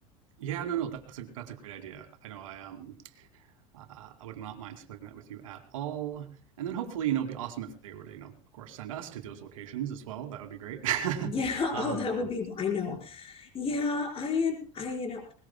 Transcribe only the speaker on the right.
Yeah, no, no, that's a that's a great idea. I know I um uh, I would not mind splitting that with you at all. And then hopefully, you know, it'd be awesome if they were to, you know, of course, send us to those locations as well. That would be great.
<laughs>
Um,